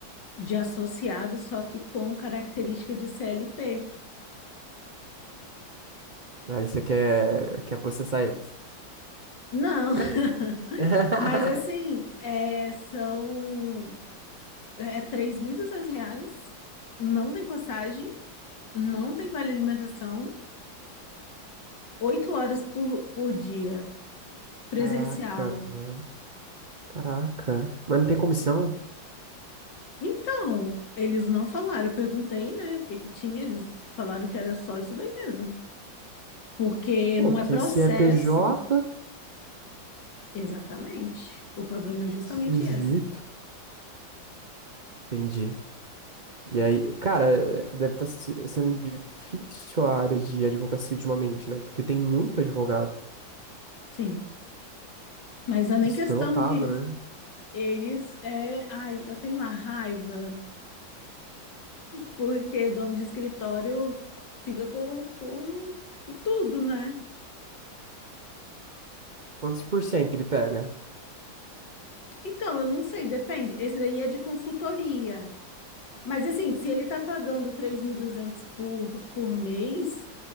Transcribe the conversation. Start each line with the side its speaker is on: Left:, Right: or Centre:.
Left: de associado, só que com característica de CLT.
Right: Aí você quer, quer processar eles.
Left: Não,
Right: <laughs>
Left: <laughs> mas assim, é, são É 3.200 reais, não tem passagem, não tem vale alimentação, oito horas por, por dia, presencial.
Right: Caraca, velho. Caraca. Mas não tem comissão?
Left: Então, eles não falaram, eu perguntei, né, o que que tinha, eles falaram que era só isso daí mesmo. Porque
Right: Pô,
Left: não
Right: porque
Left: é processo.
Right: se é PJ,
Left: Exatamente. O problema é justamente
Right: esquisito.
Left: esse.
Right: Entendi. E aí, cara, deve estar sendo difícil a área de advocacia ultimamente, né? Porque tem muito advogado.
Left: Sim. Mas não é
Right: Tá
Left: nem
Right: super
Left: questão
Right: lotado,
Left: disso.
Right: né?
Left: Eles, é, ai, eu tenho uma raiva. Porque dono de escritório fica com, com tudo, né?
Right: Quantos por cento ele pega?
Left: Então, eu não sei, depende. Esse daí é de consultoria. Mas assim, se ele tá pagando 3.200 por, por mês,